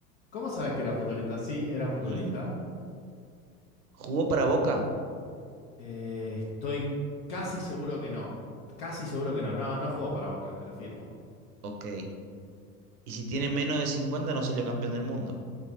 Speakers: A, on the left; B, on the right.
A: ¿Cómo sabes que era futbolista? Sí, era futbolista.
B: Mm, ¿Jugó para Boca?
A: Eh, estoy casi seguro que no. Casi seguro que no. No, no jugó para Boca, te lo firmo.
B: Ok. ¿Y si tiene menos de 50, no salió campeón del mundo?